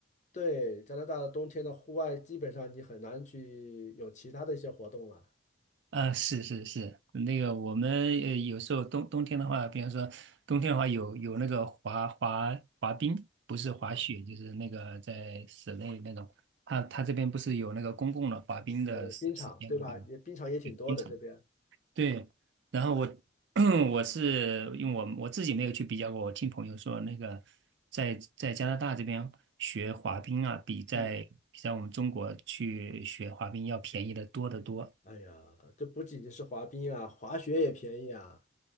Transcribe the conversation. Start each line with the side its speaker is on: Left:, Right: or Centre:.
Left: 对，加拿大的冬天的户外，基本上你很难去有其他的一些活动了
Right: 啊，是是是，那个我们呃有时候冬冬天的话，比方说冬天的话有有那个滑滑滑冰，不是滑雪，
Left: 啊。
Right: 就是那个在室内那种。他他这边不是有那个公共的滑冰的时时间吗？
Left: 那个冰场，对吧？
Right: 对吗？
Left: 也冰场也挺多的这边。
Right: 对冰场。对，然后我 <clears throat> 我是因为我我自己没有去比较过，我听朋友说那个在在加拿大这边学滑冰啊，比在比在我们中国去学滑冰要便宜的多得多。
Left: 嗯，哎呀，这不仅仅是滑冰啊，滑雪也便宜啊。